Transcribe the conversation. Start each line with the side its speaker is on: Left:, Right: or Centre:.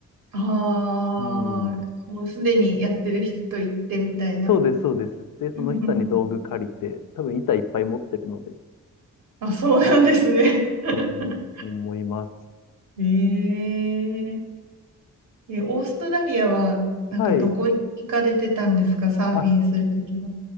Right: ああ、
Left: うん。
Right: もうすでにやってる人と行ってみたいな。
Left: そうです、そうです。で、その人に道具借りて、
Right: うんうんうん
Left: 多分板いっぱい持ってるので、
Right: あ、そうなんですね。<laughs>
Left: うん、思います。
Right: えええ、オーストラリアは、なんかどこに行かれてたんですか、
Left: はい。
Right: サーフィンするときは。
Left: あ、